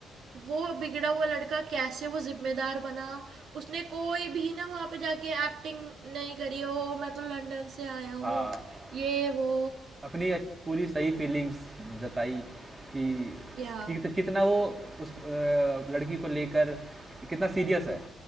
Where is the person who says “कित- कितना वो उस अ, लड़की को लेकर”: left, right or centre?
Right